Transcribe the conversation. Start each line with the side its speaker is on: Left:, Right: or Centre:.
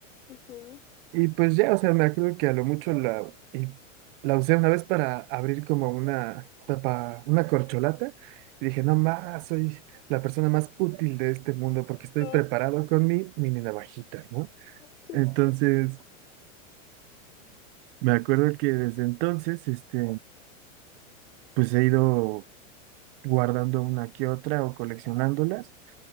Left: ujú.
Right: Y pues ya, o sea, me acuerdo que a lo mucho la, y la usé una vez para abrir como una tapa, una corcholata, y dije, no más, soy la persona más útil de este mundo porque estoy
Left: No,
Right: preparado con mi mini navajita, ¿no?
Left: curso.
Right: Entonces, me acuerdo que desde entonces, este, pues he ido guardando una que otra o coleccionándolas.